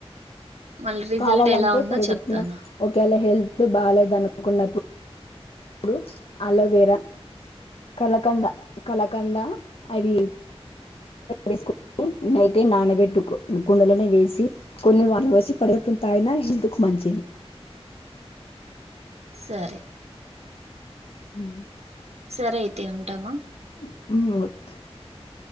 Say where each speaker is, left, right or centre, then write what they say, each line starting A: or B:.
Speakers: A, on the right; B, on the left.
A: మళ్ళీ రిజల్ట్
B: కావాలంటే
A: ఎలా ఉందో
B: పడిగుప్పున
A: చెప్తాను
B: ఒకేలా హెల్త్ బాలేదనుకున్నప్పుడు ఇప్పుడు అలోవేరా కలకండ కలకండ అవి వేసుకని నైటే నానబెట్టుకో కుండలోనే వేసి కొన్ని వడ వేసి పడిగడుపున తాగిన హెల్త్ కు మంచిది
A: సరే
B: ఉ
A: సరే అయితే ఉంటామా
B: ఉ